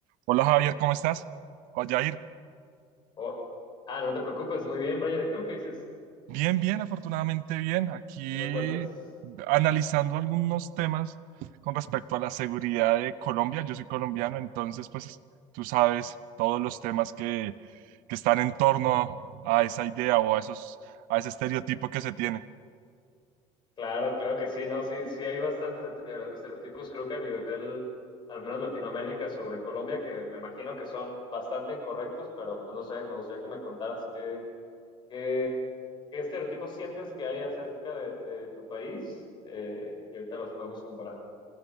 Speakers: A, on the right (about 75°); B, on the left (about 35°).
A: Hola Javier, ¿cómo estás? Hola Jair.
B: O- ah, no te preocupes, muy bien, Brian. ¿Y tú qué dices?
A: Bien, bien, afortunadamente bien. Aquí
B: ¿Qué me cuentas?
A: analizando algunos temas con respecto a la seguridad de Colombia. Yo soy colombiano, entonces pues tú sabes todos los temas que, que están en torno a esa idea o a esos, a ese estereotipo que se tiene.
B: Claro, claro que sí, no, sí, sí hay bastantes estere- estereotipos, creo que a nivel, al menos Latinoamérica, sobre Colombia, que me imagino que son bastante incorrectos, pero pues no sé, me gustaría que me contaras qué, qué, qué estereotipos sientes que hay acerca de, de tu país, eh, y ahorita los podemos comparar.